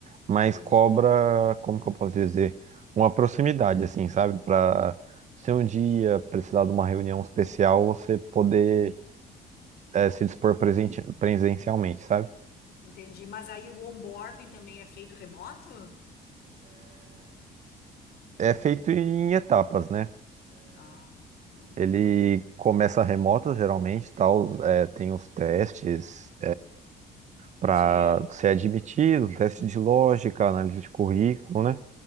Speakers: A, on the right; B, on the left.
A: mas
B: entendi.
A: cobra, como que eu posso dizer? Uma proximidade, assim, sabe? Pra se um dia precisar de uma reunião especial, você poder, é, se dispor presente, presencialmente, sabe?
B: Entendi. Mas aí o onboarding também é feito remoto?
A: É feito em etapas, né?
B: Ah, uhum.
A: Ele começa remoto, geralmente, tal, é, tem os testes para
B: Sim.
A: ser admitido, teste de lógica, análise de currículo, né?